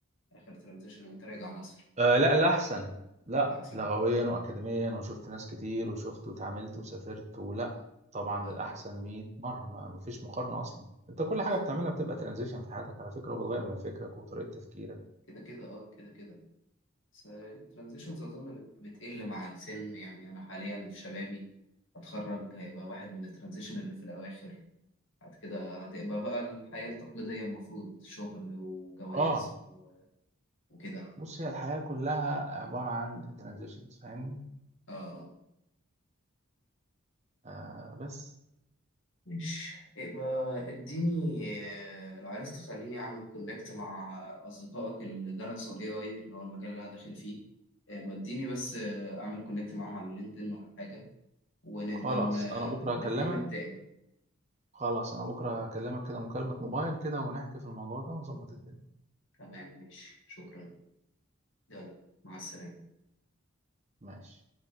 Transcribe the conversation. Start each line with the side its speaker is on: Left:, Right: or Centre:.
Left: آخر ترانزيشن وانت راجع مصر
Right: آه لا لا احسن لا
Left: للأحسن
Right: لغويا واكاديميا وشفت ناس كتير وشفت واتعاملت وسافرت ولا طبعا
Left: اه
Right: للاحسن
Left: اه
Right: 100 مره ما ما فيش مقارنه اصلا انت كل
Left: بالظبط
Right: حاجه بتعملها بتبقى ترانزيشن في حياتك على فكره وبتغير من فكرك وطريقه تفكيرك
Left: كده كده اه كده كده بس الترانزيشنز أظن بت- بتقل مع السن يعني أنا حاليا في شبابي هتخرج هيبقى واحد من الترانزيشن اللي في الأواخر بعد كده هتبقى بقى الحياة التقليدية المفروض شغل وجواز
Right: اه
Left: و- وكده
Right: بص هي الحياه كلها عباره عن ترانزيشنز فاهمني
Left: اه اه
Right: آه بس
Left: ماشي يبقى اديني آه، لو عرفت خليني اعمل كونكت مع اصدقائك اللي درسوا الاي اي اللي هو المجال اللي انا داخل فيه يبقى اديني بس آه، اعمل كونكت معاهم على لينكدين ولا حاجة ونبقى
Right: خلاص
Left: ن- آه،
Right: انا بكره
Left: نتكلم
Right: هكلمك
Left: تاني
Right: خلاص انا بكره هكلمك كده مكالمه موبايل كده ونحكي في الموضوع ده ونظبط الدنيا
Left: تمام ماشي شكرا يلا مع السلامة
Right: ماشي